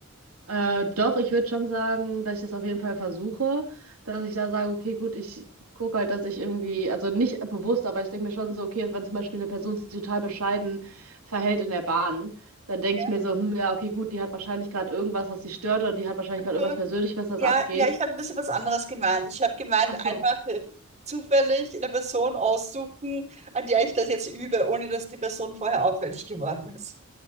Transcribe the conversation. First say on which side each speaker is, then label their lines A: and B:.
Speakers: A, on the right; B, on the right.
A: Äh, doch, ich würde schon sagen, dass ich das auf jeden Fall versuche, dass ich da sage, okay, gut, ich gucke halt, dass ich irgendwie, also nicht bewusst, aber ich denke mir schon so, okay, wenn zum Beispiel eine Person sich total bescheiden verhält in der Bahn, dann denke
B: Ja,
A: ich mir so, hm, ja, okay, gut, die hat wahrscheinlich gerade irgendwas, was sie stört oder die hat wahrscheinlich gerade
B: so,
A: irgendwas persönlich, was das
B: ja,
A: abgeht.
B: ja, ich habe ein bisschen was anderes gemeint. Ich habe gemeint,
A: Ach so.
B: einfach äh, zufällig eine Person aussuchen, an der ich das jetzt übe, ohne dass die Person vorher auffällig geworden ist.